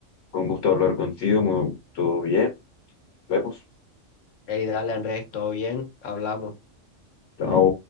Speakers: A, on the left; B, on the left.
A: Con gusto hablar contigo. muy- Todo bien. Nos vemos.
B: Ey, dale, Andrés, todo bien, hablamos.
A: Chao.